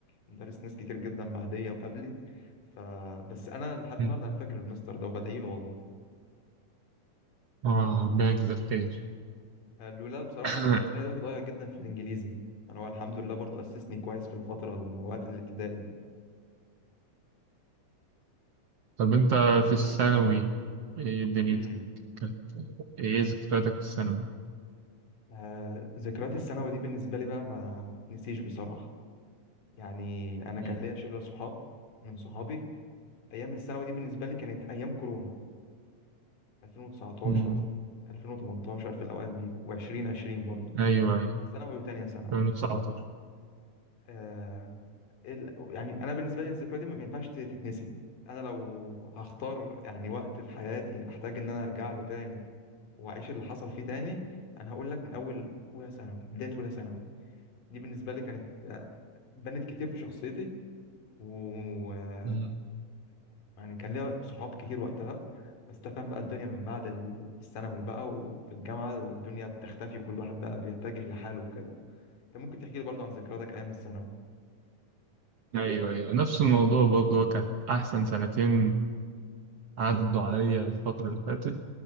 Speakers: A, on the left; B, on the right.
A: درس ناس كتير جدا بعديا وقبلي ف بس انا لحد
B: مم.
A: النهارده انا فاكر المستر ده وبدعي له والله
B: اه ربنا يجزاه الخير
A: قالوا لا بصراحة
B: <coughs>
A: أنا كان زماني دلوقتي ضايع جدا في الإنجليزي أنا هو الحمد لله برضو أسسني كويس في الفترة الوقت الابتدائي دي.
B: طب انت
A: طيب
B: في الثانوي
A: آه،
B: ايه دنيتك
A: أمم
B: كانت ايه ذكرياتك في الثانوي
A: آه، ذكريات الثانوي دي بالنسبة لي بقى ما ما تتنسيش بصراحة يعني أنا
B: مم.
A: كان ليا شلة صحاب من صحابي أيام الثانوي دي بالنسبة لي كانت أيام كورونا 2019
B: مم.
A: 2018 في الأوقات دي و2020 برضو
B: ايوه ايوه
A: ثانوي وتانية ثانوي
B: 2019
A: آه، ال- يعني انا بالنسبه لي الذكرى دي ما ينفعش تتنسي انا لو هختار يعني وقت في حياتي احتاج ان انا ارجع له تاني واعيش اللي حصل فيه تاني انا هقول لك من اول اولى ثانوي بدايه اولى ثانوي دي بالنسبه لي كانت آه، بنت كتير في شخصيتي ويعني
B: مم.
A: كان ليا صحاب كتير وقتها بس تفهم بقى الدنيا من بعد الثانوي بقى وفي الجامعه الدنيا بتختفي وكل واحد بقى بيتجه لحاله وكده انت ممكن تحكي لي برضو عن ذكرياتك ايام الثانوي
B: ايوه ايوه نفس الموضوع برضه هو كانت احسن سنتين عدوا عليا الفترة اللي فاتت